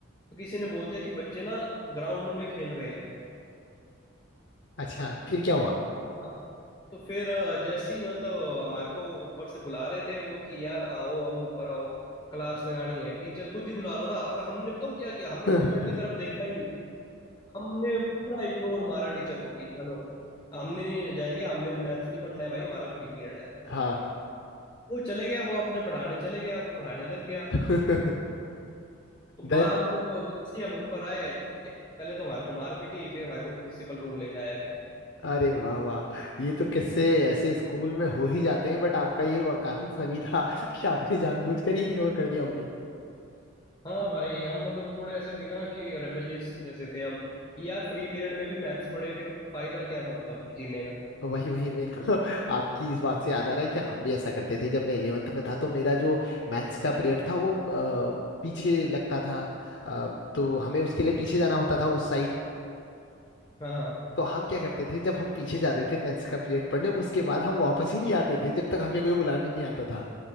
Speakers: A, on the left (about 25°); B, on the left (about 55°).
A: तो किसी ने बोल दिया कि बच्चे ना ग्राउंड में खेल रहे हैं
B: अच्छा फिर क्या हुआ
A: हाँ, तो फिर अ, जैसे ही मतलब हमारे को ऊपर से बुला रहे थे वो कि यार आओ अब ऊपर आओ क्लास लगानी है टीचर खुद ही बुला रहा था और हमने बताऊं क्या किया हमने
B: <laughs>
A: टीचर की तरफ देखा ही नहीं हमने पूरा इग्नोर मारा टीचर को कि चलो हमने नहीं जाएंगे हमने मैथ्स नहीं पढ़ना है भाई हमारा फ्री पीरियड है
B: हाँ
A: वो चले गया वो अपने पढ़ाने चले गया वो पढ़ाने लग गया
B: <laughs>
A: तो
B: देन
A: बाद में वो जैसे ही हम ऊपर आए पहले तो हमारे को मार पीटी फिर हमारे को प्रिंसिपल रूम ले जाया गया
B: अरे वाह वाह ये तो किससे ऐसे स्कूल में हो ही जाते हैं बट आपका ये वा- काफी फनी था कि आपने जानबूझकर ही इग्नोर कर दिया उन्हें
A: हाँ भाई हम मतलब थोड़े ऐसे थे ना कि रेबेलियस जैसे थे हम कि यार फ्री पीरियड में भी मैथ्स पढ़े फिर फायदा क्या मतलब जीने का
B: वही वही मेरे को आपकी इस बात से याद आ रहा है कि हम भी ऐसा करते थे जब मैं 11th में था तो मेरा जो मैथ्स का पीरियड था वो अ, पीछे लगता था अ, तो हमें उसके लिए पीछे जाना होता था उस साइड
A: हाँ हाँ
B: तो हम क्या करते थे जब हम पीछे जाते थे मैथ्स का पीरियड पढ़ने उसके बाद हम वापस ही नहीं आते थे जब तक हमें कोई बुलाने नहीं आता